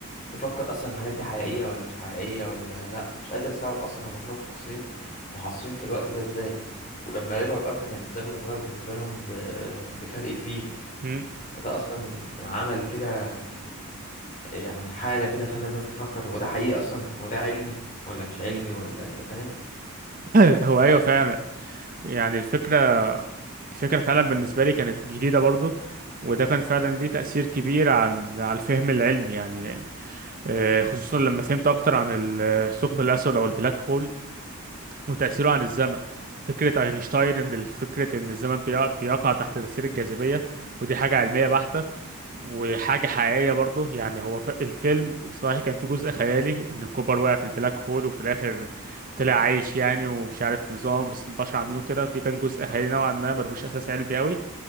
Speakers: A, on the left; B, on the right.
A: تفكر اصلا الحاجات دي حقيقية ولا مش حقيقية ولا لا مش قادر استوعب اصلا هما كانوا محاصرين في محاصرين في الوقت ده ازاي ولما رجعوا الارض كان الزمن اتغير بالنسبة لهم ب... بفرق كبير
B: مم.
A: فده اصلا عمل كده يعني حالة كده خلى الناس تفكر هو ده حقيقي اصلا هو ده علمي ولا مش علمي ولا فاهم
B: <clears throat> هو ايوه فعلا يعني الفكرة الفكرة فعلا بالنسبة لي كانت جديدة برضو وده كان فعلا ليه تأثير كبير عن على الفهم العلمي يعني آه، خصوصا لما فهمت أكتر عن الثقب الأسود أو البلاك هول وتأثيره عن الزمن فكرة أينشتاين إن فكرة إن الزمن بيق- بيقع تحت تأثير الجاذبية ودي حاجة علمية بحتة وحاجة حقيقية برضه يعني هو ف- الفيلم صحيح كان في جزء خيالي إن كوبر وقع في البلاك هول وفي الآخر طلع عايش يعني ومش عارف نظام بس البشر عاملينه كده دي كان جزء خيالي نوعا ما ملهوش أساس علمي أوي